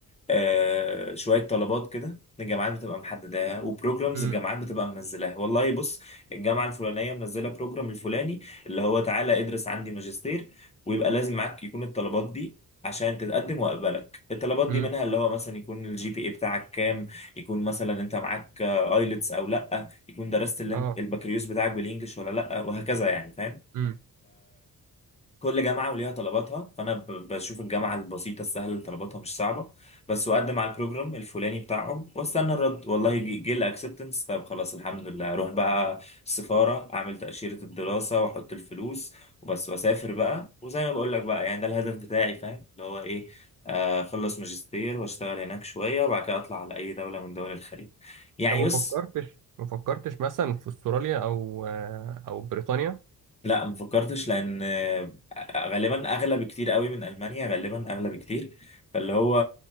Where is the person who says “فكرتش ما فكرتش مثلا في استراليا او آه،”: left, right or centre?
Right